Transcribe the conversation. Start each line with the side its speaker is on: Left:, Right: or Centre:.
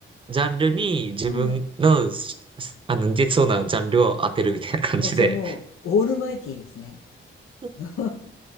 Right: ジャンルに自分のし、
Left: うん。
Right: あの、似てそうなジャンルを当てるみたいな感じで、
Left: え、じゃあもう、オールマイティーですね。
Right: <laughs>
Left: <laughs>